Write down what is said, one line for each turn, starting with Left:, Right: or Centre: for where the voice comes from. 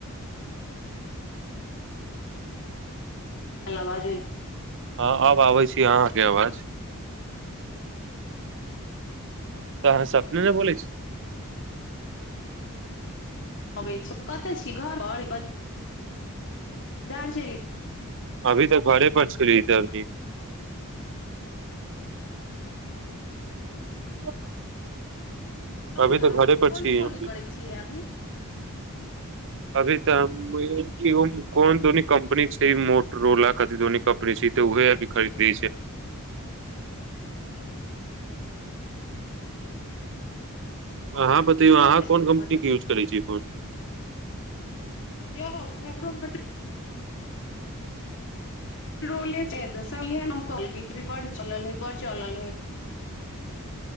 Left: आवाज <unintelligible>
Right: हँ अब आबै छी अहाँके आवाज तऽ अहाँ सपने ने बोलै छी
Left: अबै छी कतय छी घर पर ब बाजार चलि
Right: अभी तऽ घरे पर छली दर्मी <unintelligible>
Left: आउ
Right: अभी
Left: ने
Right: तऽ घरे पर
Left: कोन
Right: छी
Left: फोन
Right: हमनी
Left: करै छियै अभी
Right: अभी तऽ कोन दोनी कम्पनी छै मोटरोला कथि दोनी कम्पनी छै तऽ ओह अभी खरीद लेने छी अहाँ बतैयौ अहाँ
Left: चलै
Right: कोन
Left: छै
Right: कम्पनीके
Left: मटो
Right: यूज करै छियै फोन
Left: यौ हमरो मोट रोले छै सभ तऽ इहे नाम कहलकै बड़ चलल है बड़ चलल है